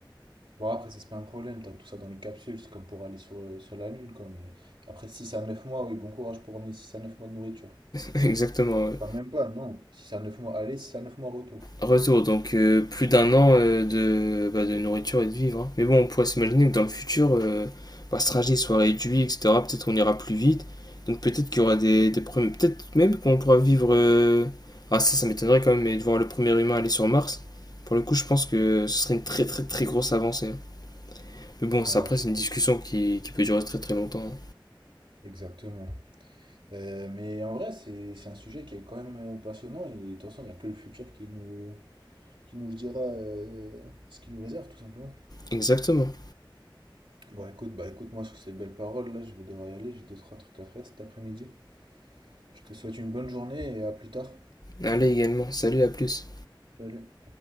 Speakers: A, on the right; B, on the left.
A: Bon, après, ça, c'est pas un problème, t'as tout ça dans les capsules, c'est comme pour aller sur, euh, sur la Lune, quoi. Mais après, 6 à 9 mois, oui, bon courage pour emmener 6 à 9 mois de nourriture.
B: <laughs> Exactement, ouais.
A: Enfin, même pas, non. six à 9 mois aller, 6 à 9 mois retour.
B: Retour, donc euh, plus d'un an euh, de, bah, de nourriture et de vivre. hein. Mais bon, on pourrait s'imaginer que dans le futur, euh, bah, ce trajet soit réduit, etc. Peut-être qu'on ira plus vite. Donc peut-être qu'il y aura des, des problèmes. Peut-être même qu'on pourra vivre. euh, Ah, ça, ça m'étonnerait quand même, mais de voir le premier humain aller sur Mars. Pour le coup, je pense que ce serait une très très très grosse avancée. Mais bon, ça,
A: Ouais,
B: après,
A: je
B: c'est
A: pense.
B: une discussion qui, qui peut durer très très longtemps. hein.
A: Exactement. Euh, mais en vrai, c'est c'est un sujet qui est quand même euh, passionnant, et de toute façon, il n'y a que le futur qui nous. qui nous le dira euh, ce qu'il nous réserve tout simplement.
B: Exactement.
A: Bon, écoute, bah écoute, moi sur ces belles paroles, là, je vais devoir y aller. J'ai deux, trois trucs à faire cet après-midi. Je te souhaite une bonne journée et à plus tard.
B: Allez également, salut, à plus.
A: Salut.